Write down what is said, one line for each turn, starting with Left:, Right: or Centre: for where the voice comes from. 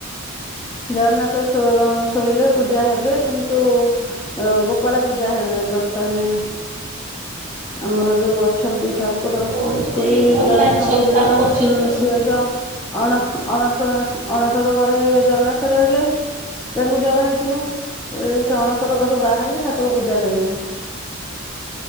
Left: ଜଗନ୍ନାଥ ଶୋ ଶୋଇଲେ ପୂଜା ହେବେ କିନ୍ତୁ ଅ ଗୋପାଳ ପୂଜା ହେବେ ବର୍ତ୍ତମାନ। ଆମର ଯୋଉ ଅଛନ୍ତି ଠାକ୍ କୁର
Right: କହୁଛନ୍ତି
Left: ପୁରୀ
Right: ଅନଲାଇନ
Left: ଜଗନ୍ନାଥ
Right: ସବୁ
Left: ମନ୍ଦିର
Right: କାମ କରୁଛନ୍ତି
Left: ଶୁନ୍
Right: ଯୋଉମାନେ
Left: ସେଜ ଅଣ ଅଣସୁଣ ଅଣସର ଘରେ ଜଗନ୍ନାଥ ରହିଲେ। ତାଙ୍କୁ ଜର ହେଇଥିବ ସେ ସେ ଅଣସର ଘରୁ ବାହାରିଲେ ଠାକୁର ପୂଜା ପାଇବେ।